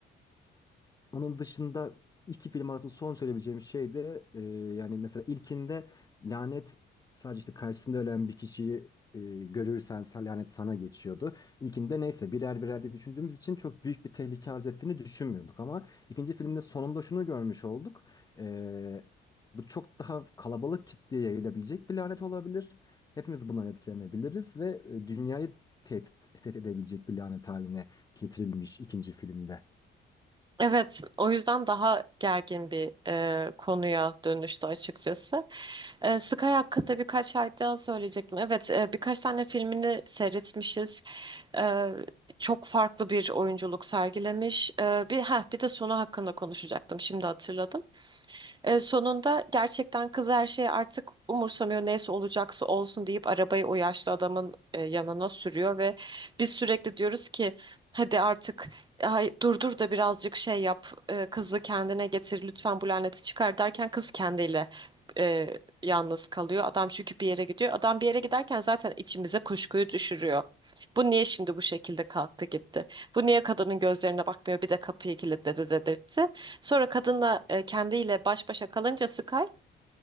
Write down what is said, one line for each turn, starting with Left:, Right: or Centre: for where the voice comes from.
Left: Onun dışında iki film arasında son söyleyebileceğim şey de e, yani mesela ilkinde lanet sadece işte karşısında ölen bir kişiyi e, görürsen sen- lanet sana geçiyordu. İlkinde neyse birer birer diye düşündüğümüz için çok büyük bir tehlike arz ettiğini düşünmüyorduk ama ikinci filmde sonunda şunu görmüş olduk. E, bu çok daha kalabalık kitleye yayılabilecek bir lanet olabilir. Hepimiz bundan etkilenebiliriz ve e, dünyayı tehdit, tehdit edebilecek bir lanet haline getirilmiş ikinci filmde.
Right: Evet, o yüzden daha gergin bir e, konuya dönüştü açıkçası. E, Sky hakkında birkaç ay daha söyleyecektim. Evet, e, birkaç tane filmini seyretmişiz. E, çok farklı bir oyunculuk sergilemiş. E, bir ha bir de sonu hakkında konuşacaktım. Şimdi hatırladım. E, sonunda gerçekten kız her şeyi artık umursamıyor neyse olacaksa olsun deyip arabayı o yaşlı adamın e, yanına sürüyor ve biz sürekli diyoruz ki hadi artık ay, durdur da birazcık şey yap e, kızı kendine getir lütfen bu laneti çıkar derken kız kendiyle e, yalnız kalıyor. Adam çünkü bir yere gidiyor. Adam bir yere giderken zaten içimize kuşkuyu düşürüyor. Bu niye şimdi bu şekilde kalktı gitti? Bu niye kadının gözlerine bakmıyor bir de kapıyı kilitledi dedirtti. Sonra kadınla e, kendiyle baş başa kalınca Sky